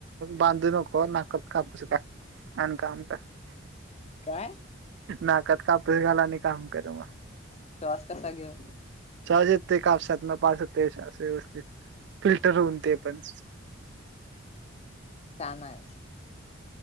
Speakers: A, on the right (about 60°); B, on the left (about 30°).
A: बांधू नको ना कापूस का अनका अनका. <unintelligible>
B: काय?
A: नाकत कापूस घाल आनी काम करू मग.
B: आणि श्वास कसा घेऊ.
A: शहजेत ते कापसात न पा ते अस व्यवस्थित फिल्टर होऊन ते पण.
B: छान आहे.